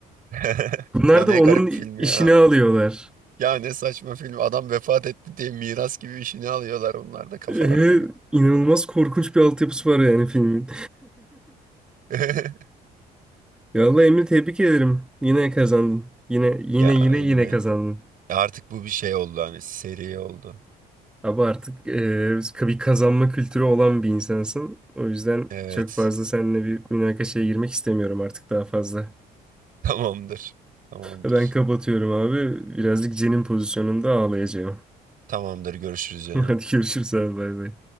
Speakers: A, on the right; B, in the centre.
A: <laughs>
B: Bunlar
A: Ya ne
B: da onun
A: garip film
B: işini
A: ya.
B: alıyorlar. <laughs>
A: Ya ne saçma film. Adam vefat etti diye miras gibi işini alıyorlar onlar da kafalarına
B: Ee,
A: göre.
B: inanılmaz korkunç bir altyapısı var yani filmin.
A: <laughs>
B: Ya Vallahi Emre tebrik ederim. Yine kazandın. Yine yine
A: Ya
B: yine
A: emmi.
B: yine kazandın.
A: Artık bu bir şey oldu hani seri oldu.
B: Abi artık eee, bir kazanma kültürü olan bir insansın. O yüzden
A: Evet.
B: çok fazla seninle bir münakaşaya girmek istemiyorum artık daha fazla.
A: Tamamdır. Tamamdır.
B: Ben kapatıyorum abi. Birazcık cenin pozisyonunda ağlayacağım.
A: Tamamdır. Görüşürüz
B: <laughs>
A: canım.
B: Hadi görüşürüz abi bay bay.